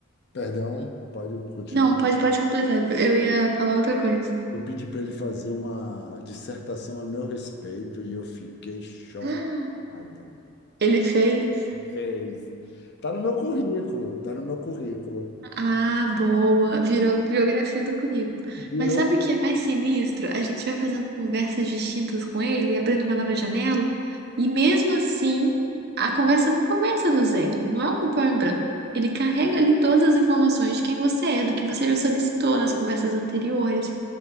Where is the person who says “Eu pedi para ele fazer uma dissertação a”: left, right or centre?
Left